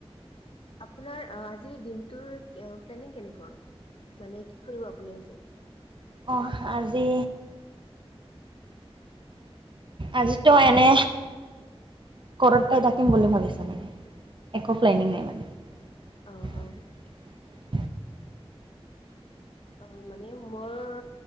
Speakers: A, on the left; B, on the right.
A: আপোনাৰ অ, আজিৰ দিনটোৰ কি অ প্লেনিং কেনেকুৱা? মানে কি কৰিব আজি আপুনি?
B: অহ আজি আজিতো এনে, কৰতেই থাকিম বুলি ভাবিছোঁ মানে। একো প্লেনিং
A: অ
B: নাই মানে।
A: অ হয় হয় অ, মানে মোৰ